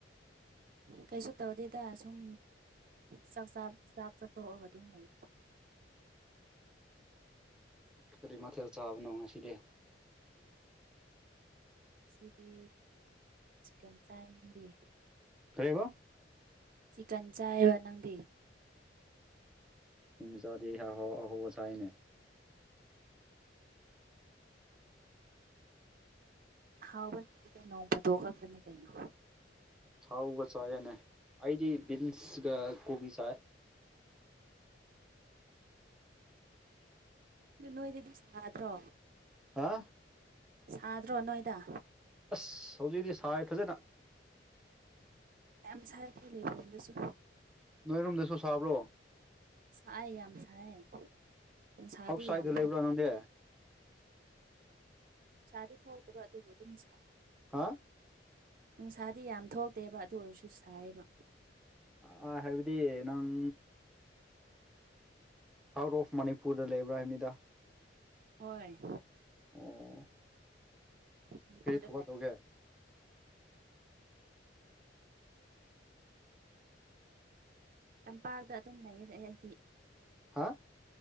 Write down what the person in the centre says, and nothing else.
ꯀꯔꯤ ꯃꯊꯦꯜ ꯆꯥꯕꯅꯣ ꯉꯁꯤꯗꯤ
ꯀꯔꯤꯕꯥ
ꯃꯤ ꯃꯆꯥꯥꯗꯤ ꯑꯍꯥꯎ ꯑꯍꯥꯎꯕ ꯆꯥꯏꯅꯦ
ꯑꯍꯥꯎꯕ ꯆꯥꯏꯌꯦꯅꯦ ꯑꯩꯗꯤ ꯕꯤꯟꯁꯒ ꯀꯣꯕꯤ ꯆꯥꯏ
ꯍꯥ
ꯑꯁ ꯍꯧꯖꯤꯗꯤ ꯁꯥꯏ ꯐꯖꯅ꯫
ꯅꯣꯏꯔꯨꯝꯗꯁꯨ ꯁꯥꯕ꯭ꯔꯣ꯫
ꯑꯥꯎꯠꯁꯥꯏꯗ
ꯂꯩꯕ꯭ꯔꯥ ꯅꯪꯗꯤ
ꯍꯥ
ꯑꯥ ꯍꯥꯏꯕꯗꯤ ꯅꯪ ꯑꯥꯎꯠ ꯑꯣꯐ ꯃꯅꯤꯄꯨꯔꯗ ꯂꯩꯕ꯭ꯔꯥ ꯍꯥꯏꯕꯅꯤꯗ꯫
ꯑꯣ
ꯀꯔꯤ ꯊꯕꯛ
ꯇꯧꯒꯦ
ꯍꯥ